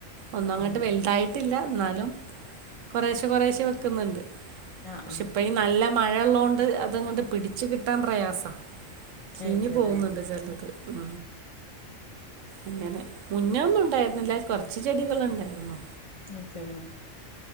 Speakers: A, on the right; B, on the left.
A: ഒന്നും
B: ആ
A: അങ്ങട്ട്
B: ആ
A: വലുതായിട്ടില്ല എന്നാലും കൊറേശ്ശെ കൊറേശ്ശെ വെക്കുന്നുണ്ട്.
B: ആ
A: പക്ഷെ
B: ആ
A: ഇപ്പ ഈ നല്ല മഴയൊള്ളോണ്ട് അത്ങ്ങട് പിടിച്ചു കിട്ടാൻ പ്രയാസ. ചീഞ്ഞി
B: അയ്ശരാ
A: പോകുന്നുണ്ട് ചെലത് ഉം അങ്ങനെ. മുന്നെ ഒന്നും ഇണ്ടായിരുന്നില്ല കൊറച്ച് ചെടികള് ണ്ടായിരുന്നു.
B: <unintelligible>